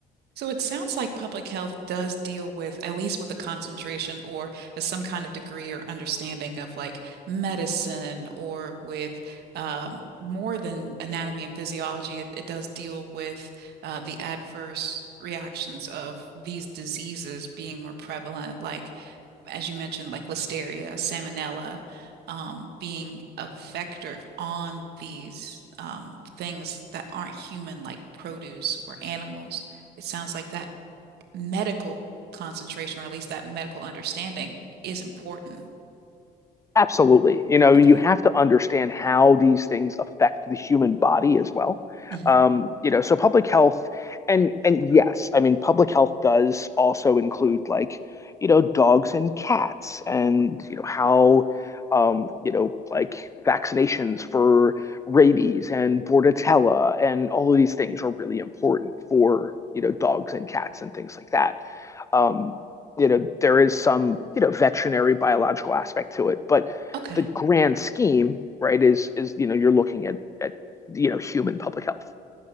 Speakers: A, on the right; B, on the left.
A: So it sounds like public health does deal with, at least with a concentration or a- some kind of degree or understanding of like medicine or with um, more than anatomy and physiology. It, it does deal with uh, the adverse reactions of these diseases being more prevalent, like as you mentioned, like listeria, salmonella, um, being a vector on these um, things that aren't human, like produce or animals it sounds like that medical concentration, or at least that medical understanding, is important.
B: Absolutely. You know,
A: Okay.
B: you have to understand how these things affect the human body as well.
A: hmm
B: Um, you know, so public health and and yes, I mean public health does also include like, you know, dogs and cats and you know how um, you know, like vaccinations for rabies and bordetella and all of these things are really important for, you know, dogs and cats and things like that um, you know, there is some, you know, veterinary biological aspect to it, but
A: Okay.
B: the grand scheme, right, is is you know you're looking at at you know human public health.